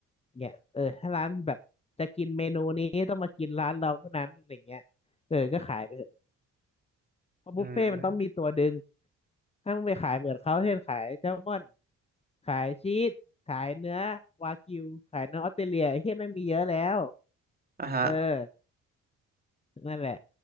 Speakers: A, on the left (about 20°); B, on the right (about 30°).
A: เนี่ยเออถ้าร้านแบบจะกินเมนูนี้ต้องมากินร้านเราเท่านั้นอะไรเงี้ยเออก็ขายไปเถอะ เพราะบุฟเฟ่ต์มันต้องมีตัวดึง
B: อืม
A: ถ้ามึงไปขายเหมือนเขาเช่นขายแซลมอนขายชีสขายเนื้อวากิวขายเนื้อออสเตรเลียไอ้เฮียไม่งมีเยอะแล้ว
B: อ่าฮะ
A: เออนั่นแหละ